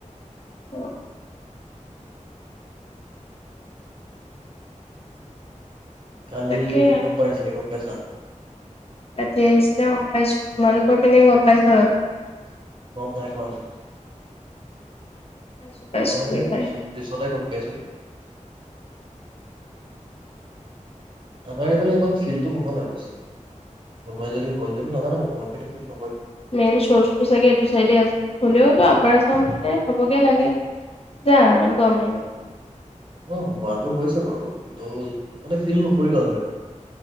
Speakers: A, on the left (about 50°); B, on the right (about 40°).
A: অ',
B: কালি
A: তাকে।
B: ভূমিকম্প আহিছিলে গম পইছা
A: ৰাতি আহিছিলে অ', পাইছো তোমালোকৰ পিনে গম পাইছ?
B: <inaudible>
A: পাইছো পাইছো
B: মই
A: আমি পাই।
B: পিছত -পিছতে গম পাইছো। আমাৰ এইফালে ইমান ফিল্ডটো নহলে অৱশ্যে', কোনোবাই যদি হ যদি নাজানো ম মই কিন্তু ফিল
A: মেইন চৰ্চটো চাগে এইটো চাইডে আছে হ'লেও আপাৰ আ', গম পিনে হ'বগে লাগে যা আৰু গমেই নাপালা
B: অ ', হোৱাাতো হৈছে। হৈছে', বাৰু কিন্তু? মানে ফিল নকৰিলো আৰু ধৰিল